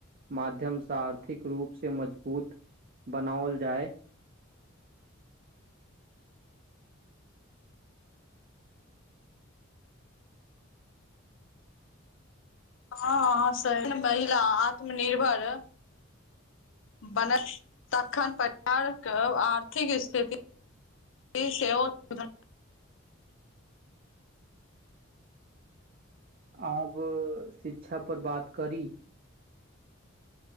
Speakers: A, on the right; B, on the left.
A: माध्यमसँ आर्थिक रूप से मजबूत बनाओल जाय <inaudible> <inaudible>
B: हँ अहास महिला आत्मनिर्भर बनल तखन परिवारके आर्थिक स्थिति से सेवन
A: <inaudible> अब शिक्षा पर बात करी